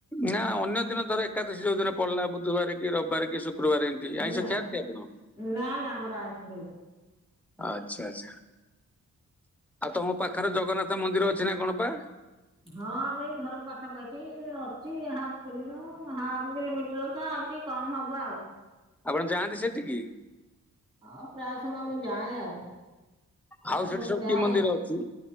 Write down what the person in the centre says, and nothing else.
ନା ଅନ୍ୟ ଦିନ ଧର ଏକାଦଶୀୋଉ ଦିନ ପଡିଲା ବୁଧବାର କି ରବିବାର କି ଶୁକ୍ ଗୁରୁବାରେ ଆଇଷ
ଖାଅନ୍ତି ଆପଣ
ଆଚ୍ଛା ଆଚ୍ଛା ଆଉ ତମ ପାଖରେ ଜଗନ୍ନାଥ ମନ୍ଦିର ଅଛି ନା କଣ ପା
ଆପଣ ଯାଆନ୍ତି ସେଠିକି
ଆଉ ସେଠି
ସବୁ
କି ମନ୍ଦିର ଅଛି?